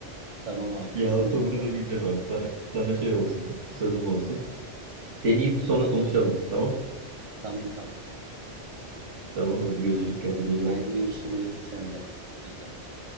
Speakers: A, on the right (about 45°); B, on the right (about 90°).
A: Tamam abi.
B: Yağlı
A: Kesin
B: somunu
A: dene bu
B: deneyeceğim
A: arada.
B: abi. Sana sana şey olsun, sözüm olsun. Deneyip
A: Eyvallah.
B: sonra konuşalım. Tamam?
A: Tamam tamam.
B: Tamam hadi görüşürüz kendine iyi bak.
A: Haydi görüşürüz. Sen de. Afiyet olsun.